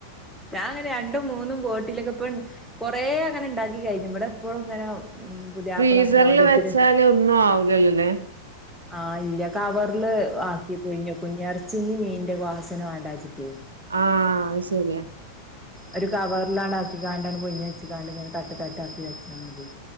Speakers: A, in the centre; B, on the right.
A: ഞാന ങ്ങ രണ്ടും മൂന്നും ബോട്ടിലൊക്കെ ഇപ്പൻ കൊറെ അങ്ങനെ ഇണ്ടാക്കി കഴിഞ്ഞു ഇവിടെ ഇപ്പഴും ഇങ്ങനെ ഉം പുതിയാപ്പള
B: ഫ്രീസർല്
A: അങ്ങനെ ഓരോരുത്തര്
B: വെച്ചാല് ഒന്നും ആവു ലല്ലല്ലേ
A: ആഹ് ഇല്ല കവർല് ആക്കി പുയ്‌ഞ്ഞ കുഞ്ഞേറച്ചിന്ടിം മീനിന്ടെ വാസന വാണ്ടാച്ചിട്ട്.
B: ആഹ് അയ്ശെരിയാ.
A: ഒരു കവർലാണ്ടാക്കികാണ്ടാണ് അങ്ങണ്ട് പൊയ്ഞ്ഞ് വച്ച്ങ്ങാണ്ട് ഇങ്ങനെ തട്ട് തട്ട് ആക്കി വെച്ചാ മതി.